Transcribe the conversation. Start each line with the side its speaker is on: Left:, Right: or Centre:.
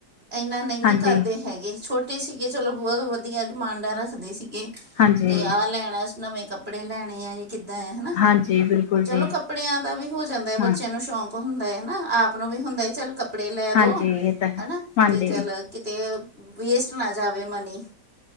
Right: ਇਨਾ ਨੀ
Left: ਹਾਂਜੀ
Right: ਕਰਦੇ ਹੈਗੇ ਛੋਟੇ ਛੋਟੇ ਸੀਗੇ ਚਲੋ ਬਹੁਤ ਵਧੀਆ ਡਿਮਾਂਡਾ ਰੱਖਦੇ ਸੀਗੇ
Left: ਹਾਂਜੀ
Right: ਤੇ ਆਹ ਲੈਣਾ ਨਵੇਂ ਕੱਪੜੇ ਲੈਣੇ ਆ। ਕਿੱਦਾਂ ਆ ਹਨਾ,
Left: ਹਾਂਜੀ ਬਿਲਕੁਲ
Right: ਚਲੋ
Left: ਜੀ
Right: ਕੱਪੜਿਆਂ ਦਾ ਵੀ ਹੋ ਜਾਂਦਾ ਐ ਬੱਚਿਆਂ
Left: ਹਾਂ
Right: ਨੂੰ ਸ਼ੌਂਕ ਹੁੰਦਾ ਏ ਨਾ, ਆਪ ਨੂੰ ਵੀ ਹੁੰਦਾ ਚੱਲ ਕੱਪੜੇ ਲੈ ਦਉ
Left: ਹਾਂਜੀ ਇਹ ਤਾਂ ਹੈ।
Right: ਹਨਾ ਅਤੇ
Left: ਹਾਂਜੀ
Right: ਚੱਲ ਕਿਤੇ ਵੇਸਟ ਨਾ ਜਾਵੇ ਮਨੀ